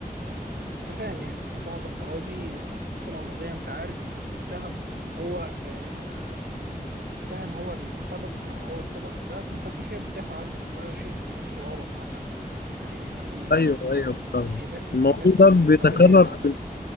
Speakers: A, on the right; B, on the left.
A: انت فاهم يعني في معظم الاوادي لو حتى لو القضية انت عارف ان المتهم هو آه، المتهم هو السبب هو هو السبب في ده فانت كده كده بتدافع عنه فده شيء بحسه غلط عامة يعني بينافي
B: ايوه ايوه فعلا
A: بينافي
B: الموضوع
A: بينافي
B: ده
A: مب-
B: بيتكرر
A: مبادئنا
B: في
A: عامة